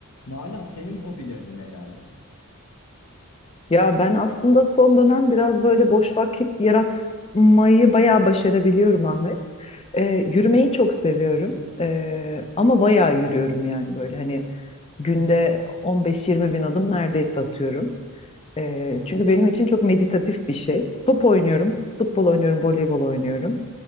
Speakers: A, on the left; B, on the left.
A: Nalan senin hobilerin nelerdir?
B: Ya ben aslında son dönem biraz böyle boş vakit yaratmayı bayağı başarabiliyorum Ahmet. Ee, yürümeyi çok seviyorum. Ee, ama bayağı yürüyorum yani böyle hani günde 15-20 bin adım neredeyse atıyorum. Ee, çünkü benim için çok meditatif bir şey. Top oynuyorum, futbol oynuyorum, voleybol oynuyorum.